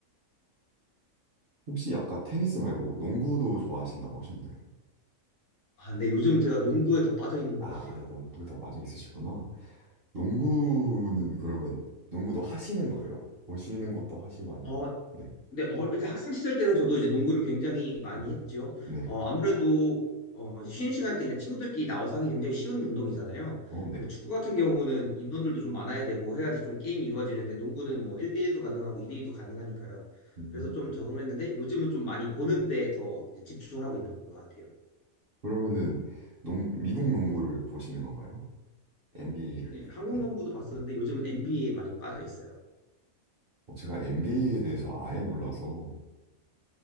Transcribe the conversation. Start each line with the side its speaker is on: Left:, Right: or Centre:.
Right: 혹시 아까 테니스 말고 농구도 좋아하신다고 하셨나요?
Left: 아, 네. 요즘 제가 농구에 더 빠져 있는 것
Right: 아,
Left: 같아요.
Right: 농구도 빠져 있으시구나. 농구는
Left: 네.
Right: 그러면 농구도 하시는 거예요? 보시는 것도 하시고 아니면
Left: 어,
Right: 네.
Left: 근데 어, 이제 학생 시절 때는 저도 이제 농구를 굉장히 많이
Right: 음,
Left: 했죠.
Right: 네.
Left: 어, 아무래도 어, 이제 쉬는 시간 때 그냥 친구들끼리 나와서 하기 굉장히 쉬운 운동이잖아요.
Right: 어, 네.
Left: 뭐 축구 같은 경우는 인원들도 좀 많아야 되고 해야지 좀 게임이 이루어지는데 농구는 뭐 1대1도 가능하고 2대2도 가능하니까요.
Right: 음.
Left: 그래서 좀 적응을 했는데 요즘은 좀 많이 보는데 더 이제 집중을 하고 있는 것 같아요.
Right: 그러면은 농, 미국 농구를 보시는 건가요? NBA를.
Left: 네, 한국
Right: 네.
Left: 농구도 봤었는데
Right: 네.
Left: 요즘은 NBA에 많이 빠져 있어요.
Right: 어, 제가 NBA에 대해서 아예 몰라서